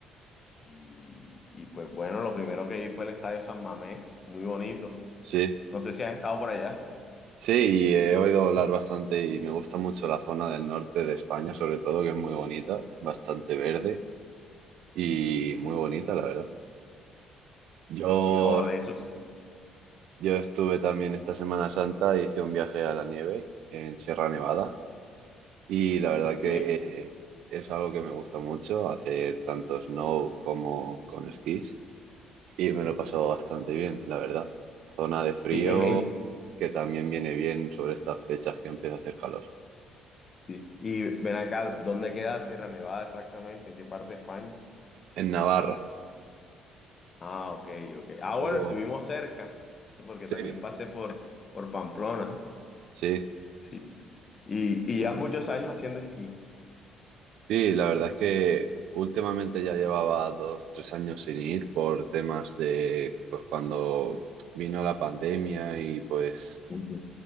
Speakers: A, on the left (about 35°); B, on the right (about 75°).
A: y, y pues bueno, lo primero que vi fue el Estadio San Mamés, muy bonito.
B: sí,
A: <laughs> No sé si has estado por allá.
B: sí, y he oído hablar bastante y me gusta mucho la zona del norte de España, sobre todo, que es muy bonita, bastante verde y muy
A: Sí,
B: bonita, la verdad. Yo
A: sí, no, de esos. sí.
B: Yo estuve también esta Semana Santa, hice un viaje a la nieve en Sierra Nevada y la verdad
A: Ok.
B: que es algo que me gusta mucho, hacer tanto snow como con esquís y me lo he pasado bastante bien, la verdad. Zona de frío
A: Sí, en, en-
B: que también viene bien sobre estas fechas que empieza a hacer calor.
A: sí. Y ven acá, ¿dónde queda Sierra Nevada exactamente? ¿En qué parte de España?
B: En Navarra,
A: Ah, ok, ok.
B: un
A: Ah, bueno,
B: poco...
A: estuvimos cerca, porque
B: Sí,
A: también pasé por, por Pamplona.
B: sí.
A: Sí. Y, y llevas muchos años haciendo esquí.
B: Sí, la verdad es que últimamente ya llevaba dos, tres años sin ir por temas de, pues cuando vino la pandemia y pues
A: Ujú.